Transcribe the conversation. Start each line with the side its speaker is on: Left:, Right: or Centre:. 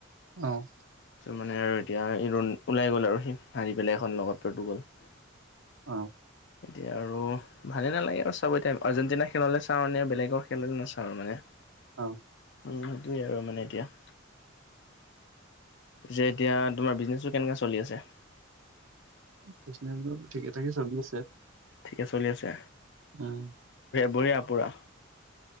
Right: অ',
Left: ত মানে আৰু এতিয়া ওলাই গ'ল আৰু সি হাৰি পেলাই এখন লগত পৰ্তুগল।
Right: অ',
Left: এতিয়া আৰু ভালেই নালাগে আৰু চবেই টাইম আৰ্জেণ্টিনাই খেল হলে চাও এনেই বেলেগৰ খেল হলে নাচাও মানে।
Right: অ',
Left: উম, সেইটোৱে আৰু মানে এতিয়া। যে এতিয়া তোমাৰ বিজনেছটো কেনেকুৱা চলি আছে?
Right: বিজনেবোৰ ঠিকে ঠাকে চলি আছে।
Left: ঠিকে চলি আছে?
Right: উম,
Left: বঢ়িয়া পোৰা।